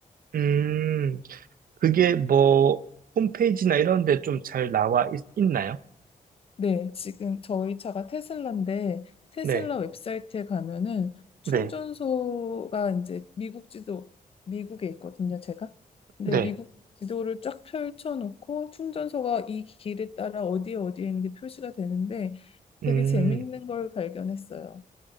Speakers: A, on the right (about 75°); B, on the left (about 40°).
A: 음, 그게 뭐, 홈페이지나 이런 데 좀 잘 나와 있, 나요
B: 네, 지금 저희 차가 테슬라인데 테슬라
A: 네,
B: 웹사이트에 가면은 충전소가
A: 네,
B: 이제 미국 지도 미국에 있거든요, 제가. 근데
A: 네.
B: 미국 지도를 쫙 펼쳐놓고 충전소가 이 길에 따라 어디에 어디에 있는데 표시가 되는데
A: 음,
B: 되게 재밌는 걸 발견했어요.